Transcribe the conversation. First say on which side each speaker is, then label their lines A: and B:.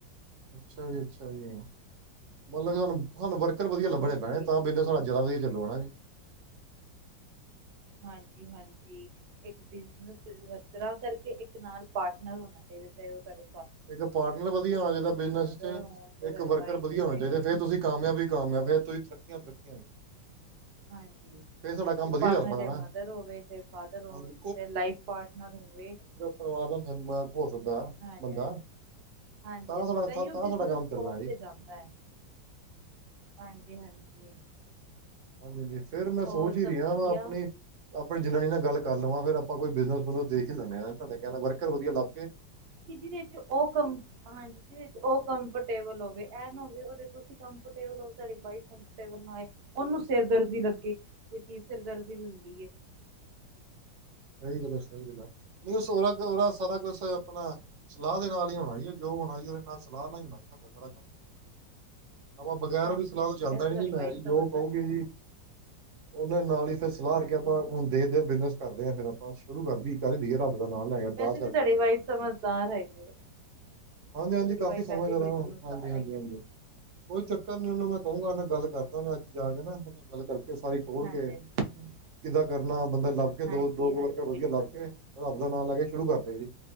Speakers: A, on the right; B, on the right.
A: ਅੱਛਾ ਜੀ, ਅੱਛਾ ਜੀ ਮਤਲਬ ਕਿ ਸਾਨੂੰ, ਸਾਨੂੰ ਵਰਕਰ ਵਧੀਆ
B: ਹੋਰ
A: ਲੱਭਣੇ ਪੈਣੇ
B: ਕੀ
A: ਤਾਂ ਬਿਜਨਸ ਸਾਡਾ ਜ਼ਿਆਦਾ ਵਧੀਆ ਚੱਲੋ ਹਣਾ ਜੀ।
B: ਹਾਂਜੀ, ਹਾਂਜੀ। ਇਕ ਬਿਜ਼ਨਸ ਵਰਕਰਾਂ ਕਰਕੇ ਇੱਕ ਨਾਲ ਪਾਰਟਨਰ ਹੋਣਾ ਚਾਹੀਦਾ ਉਹ ਕਰ
A: ਇੱਕ ਪਾਰਟਨਰ ਵਧੀਆ ਹੋਣਾ ਚਾਹੀਦਾ ਬਿਜਨਸ
B: ਮਦਰ
A: ਚ
B: ਹੋਣ ਚਾਹੇ
A: ਇੱਕ
B: ਤੁਹਾਡੀ
A: ਵਰਕਰ
B: ਵਾਈਫ
A: ਵਧੀਆ
B: ਹੋਵੇ
A: ਹੋਣਾ ਚਾਹੀਦਾ ਫੇਰ ਤੁਸੀਂ ਕਾਮਯਾਬ ਹੀ ਕਾਮਯਾਬ ਹੈ ਫੇਰ ਤੁਸੀ ਤਰੱਕੀਆਂ, ਤਰੱਕੀਆਂ ਜੀ।
B: ਹਾਂਜੀ।
A: ਫੇਰ ਸਾਡਾ ਕੰਮ ਵਧੀਆ
B: ਪਾਟਨਰ
A: ਚੱਲ ਪੈਣਾ
B: ਚਾਹੇ
A: ਨਾ
B: ਮਦਰ ਹੋਵੇ ਚਾਹੇ ਫਾਦਰ ਹੋਵੇ
A: ਹਾਂਜੀ
B: ਚੇ ਲਾਈਫ ਪਾਟਨਰ ਹੋਵੇ
A: ਪਰਵਾਰ ਦਾ ਮੈਂਬਰ ਹੋ ਸਕਦਾ
B: ਹਾਂਜੀ
A: ਬੰਦਾ
B: ਹਾਂਜੀ
A: ਤਾਂ ਸਾਡਾ
B: ਤਾਈਓ
A: ਤਾਂ
B: ਬਿਜਨਸ
A: ਸਾਡਾ ਕੰਮ ਚੱਲਣਾ
B: ਟੋਪ
A: ਜੀ
B: ਤੇ ਜਾਂਦਾ। ਹਾਂਜੀ, ਹਾਂਜੀ।
A: ਹਾਂਜੀ, ਹਾਂਜੀ ਫਿਰ ਮੈਂ
B: ਹੋਰ
A: ਸੋਚ ਹੀ
B: ਸਭ
A: ਰਿਹਾ
B: ਵਧੀਆ
A: ਵਾਂ ਆਪਣੀ ਆਪਣੇ ਜਾਨਣੀ ਨਾ ਗੱਲ ਕਰਲੇਵਾ ਫਿਰ ਆਪਾ ਕੋਈ ਬਿਜ਼ਨਸ ਬੁਜਨਸਦੇਖ ਹੀ ਲੇਦੇ ਤੁਹਾਡੇ ਕਹਿਣਾ ਵਰਕਰ ਵਧੀਆ ਲੱਬ
B: ਕਿਨੀ ਦੇਰ ਓਹ ਕੰਮ ਹਾਂਜੀ ਵਿਚ ਉਹ ਕੰਫਰਟੇਬਲ ਹੋਵੇ ਐਨ ਹੋਵੇ ਤੁਸੀਂ ਕੰਫਰਟੇਬਲ ਹੋ ਤੁਹਾਡੀ ਵਾਈਫ ਏ ਉਹਨੂੰ ਸਿਰ ਦਰਦੀ ਲੱਗੇ ਕਿ ਕੀ ਸਿਰ ਦਰਦੀ ਲੈ ਲਈਏ ਏ।
A: ਸਹੀ ਗੱਲ ਸਹੀ ਗੱਲ ਹੈ ਨਹੀਂ ਸੋਹਲਾ, ਸੋਹਲਾਸਾਰਾ ਕੁਛ ਆਪਣਾ ਸਲਾਹ ਦੇ ਨਾਲ ਹੀ ਹੋਣਾ ਜੋ ਹੋਣਾ ਜੀ ਉਹਦੇ ਨਾਲ ਸਲਾਹ ਨਾਲ ਹੀ ਹੋਣਾ ਸਾਡਾ ਸਾਰਾ ਕੰਮ ਆਪਾ ਬਗੈਰ
B: ਹਾਂਜੀ
A: ਉਹਦੀ ਸਲਾਹ
B: ਹਾਂਜੀ
A: ਤੋਂ ਚੱਲਦਾ
B: ਵੈਸੇ
A: ਹੀ ਨ
B: ਤੁਹਾਡੀ
A: ਜੀ
B: ਵਾਈਫ
A: ਮੈਂ ਜੀ ਜੋ
B: ਸਮਝਦਾਰ
A: ਕਹੂਗੀ ਜੀ। ਉਹਨੇ ਨਾਲ ਹੀ ਫਿਰ ਸਲਾਹ
B: ਹਾਂਜੀ
A: ਆਪਾਂ
B: ਹਾਂਜੀ
A: ਹੁਣ
B: ਹਾਂਜੀ
A: ਦੇਖਦੇ ਬਿਜਨਸ ਕਰਦੇ ਹਾਂ ਫਰ ਆਪਾਂ ਸ਼ੁਰੂ ਕਰ ਕਰਦੀਏ ਰੱਬ ਨਾਲ ਲੈ ਕੇ ਅਰਦਾਸ
B: ਵੈਸੇ
A: ਕਰਦੇ
B: ਵੀ ਤੁਹਾਡੀ
A: ਨੇ
B: ਵਾਈਫ ਸਮਝਦਾਰ ਹੈਗੀ ਹੈ
A: ਹਾਂਜੀ, ਹਾਂਜੀ
B: ਤੁਹਾਡੀ ਵਾਈਫ
A: ਕਾਫ਼ੀ ਸਮਂਝ
B: ਵੈਸੇ ਹੀ
A: ਇਹਨਾ
B: ਬੜੀ
A: ਨੂੰ
B: ਸਮਝਦਾਰ
A: ਹਾਂਜੀ, ਹਾਂਜੀ,
B: ਹੈਗੀ
A: ਹਾਂਜੀ। ਕੋਈ ਚੱਕਰ ਨੀ ਉਹਨੂੰ ਮੈਂ ਕਹੂੰਗਾਨਾ ਗੱਲ ਕਰਦਾ ਮੈਂ ਅੱਜ ਜਾ ਕੇ ਨਾ ਗੱਲ ਕਰਕੇ ਸਾਰੀ ਖੋਲ
B: ਹਾਂਜੀ
A: ਕੇ
B: ਹਾਂਜੀ ਹਾਂਜੀ
A: ਕਿੱਦਾਂ ਕਰਨਾ ਬੰਦਾ ਲੱਭ ਕੇ ਦੋ,
B: ਹਾਂਜੀ
A: ਦੋ ਕੁੋ
B: ਹਾਂਜੀ
A: ਵਰਕ ਵਧੀਆ
B: ਬਿਲਕੁਲ
A: ਲੱਭ
B: ਜੀ
A: ਕੇ ਰਬ ਦਾ ਨਾਂ ਲੈ ਕੇ ਸ਼ੁਰੂ ਕਰਦੇ ਜੀ।